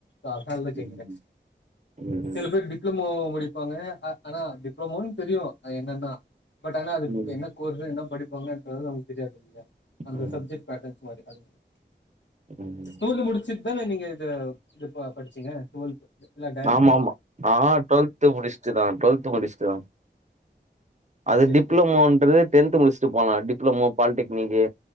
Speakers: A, on the left; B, on the right.
A: அ உக்காந்து செய்யரேக்ஸ்
B: ம் ம்
A: சில பேர் டிப்ளமோ படிப்பாங்க ஆனா டிப்ளமோ தெரியு அது என்னன்னா பட் ஆனா அதுக்கு
B: ம்
A: என்ன கோர்ஸ் என்ன படிப்பாங்கன்றது நமக்கு தெரியாது இல்லயா அந்த
B: ம்
A: சப்ஜெக்ட் பேட்டர்ன் அது
B: ம்
A: தொகுதி முடி முடிச்சிட் தான நீங்க இது படிச்சீங்க டுவல்து இல்ல டேரெக்ட்
B: ஆமாமா ஆ டுவெல்து முடிச்ட்டுதா டுவெல்து முடிச்ட்டுதா அது
A: சரி
B: டிப்ளமோன்றது
A: சரி
B: டென்த்து முடிச்ட்டு போலா டிப்ளமோ பாலிடெக்னிக்கு